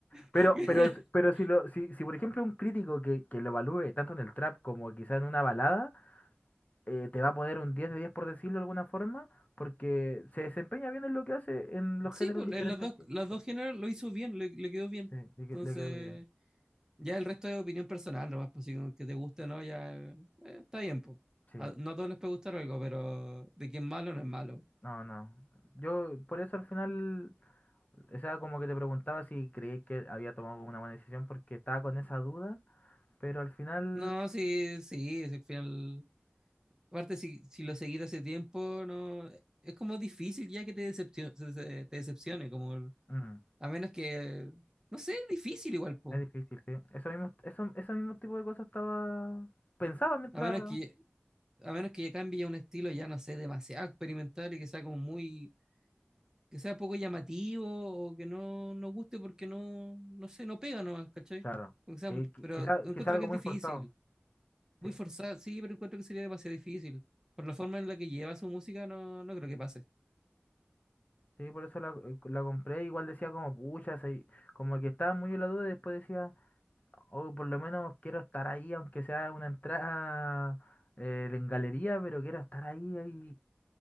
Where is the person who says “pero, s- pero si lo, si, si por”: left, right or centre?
Left